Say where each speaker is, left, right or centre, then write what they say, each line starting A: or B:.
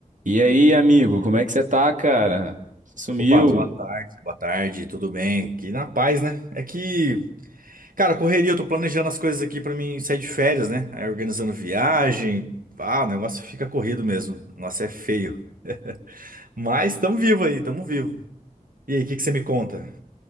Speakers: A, on the right; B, on the right.
A: E aí, amigo, como é que você tá, cara? Você sumiu?
B: Opa, boa tarde, boa tarde, tudo bem? Aqui na paz, né? É que, cara, correria, eu tô planejando as coisas aqui pra mim sair de férias, né? Aí organizando viagem, ah, o negócio fica corrido mesmo. O negócio é feio. Mas tamo vivo aí, tamo vivo. E aí, o que que você me conta?